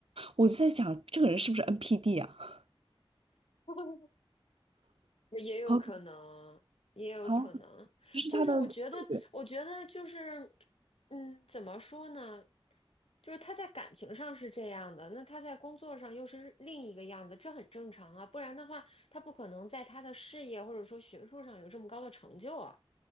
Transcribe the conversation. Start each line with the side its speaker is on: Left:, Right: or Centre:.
Right: 我就在想，这个人是不是 NPD 啊？<laughs>
Left: <laughs> 也有可能，
Right: 好，
Left: 也有可能，
Right: 好，这是他的策略。
Left: 就是我觉得，我觉得就是，嗯，怎么说呢？就是他在感情上是这样的，那他在工作上又是另一个样子，这很正常啊。不然的话，他不可能在他的事业或者说学术上有这么高的成就啊，